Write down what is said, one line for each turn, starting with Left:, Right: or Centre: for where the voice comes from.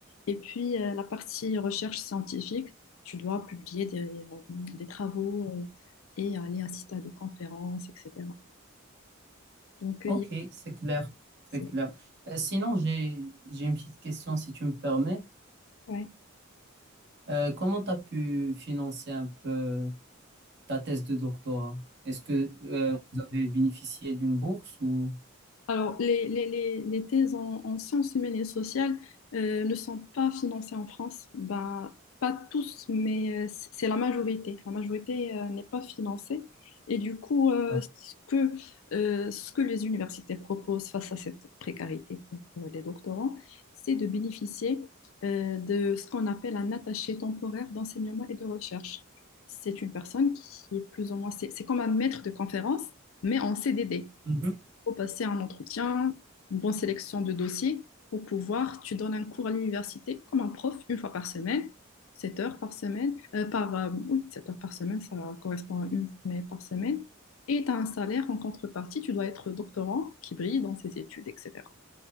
Left: et puis euh, la partie recherche scientifique. Tu dois publier des, euh, des travaux euh, et aller assister à des conférences, etc. Donc, euh,
Right: Ok,
Left: il y a-
Right: c'est clair,
Left: c'est-
Right: c'est clair. Euh, sinon, j'ai j'ai une petite question si tu me permets.
Left: ouais.
Right: Euh, comment tu as pu financer un peu euh, ta thèse de doctorat? Est-ce que euh, vous avez bénéficié d'une bourse ou...
Left: Alors, les, les, les, les thèses en, en sciences humaines et sociales euh, ne sont pas financées en France. Ben, pas tous, mais euh, c- c'est la majorité. La majorité euh, n'est pas financée. Et du coup, euh,
Right: Ah,
Left: ce que, euh, ce que les universités proposent face à cette précarité pour euh, les doctorants, c'est de bénéficier euh, de ce qu'on appelle un attaché temporaire d'enseignement et de recherche. C'est une personne qui est plus ou moins, c'est c'est comme un maître de conférence, mais en CDD
Right: Mhm.
Left: faut passer un entretien, une bonne sélection de dossiers pour pouvoir, tu donnes un cours à l'université comme un prof une fois par semaine, 7 heures par semaine, euh, par, euh, oui, 7 heures par semaine, ça correspond à une journée par semaine, et tu as un salaire en contrepartie, tu dois être doctorant qui brille dans ses études, etc.